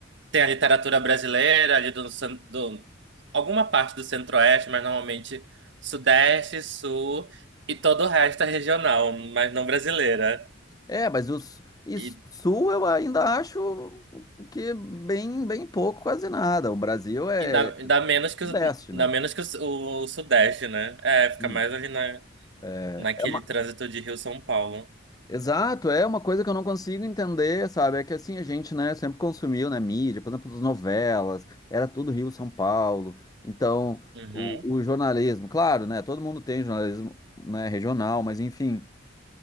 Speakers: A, on the right; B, on the left.
A: tem a literatura brasileira ali do, cen- do alguma parte do Centro-Oeste, mas normalmente Sudeste, Sul e todo o resto é regional, mas não brasileira.
B: É, mas o su-
A: E
B: Sul eu ainda acho que bem, bem pouco, quase nada. O Brasil é
A: Ainda,
B: é
A: ainda menos que,
B: Sudeste,
A: o- ainda
B: né?
A: menos que o, su- o Sudeste, né? É, fica
B: Sim.
A: mais ali na,
B: É,
A: naquele
B: é uma-
A: trânsito de Rio-São Paulo.
B: Exato, é uma coisa que eu não consigo entender, sabe? É que assim, a gente, né, sempre consumiu, né, mídia, por exemplo, as novelas, era tudo Rio, São Paulo. Então,
A: Uhum.
B: o, o jornalismo, claro, né, todo mundo tem jornalismo, né, regional, mas enfim,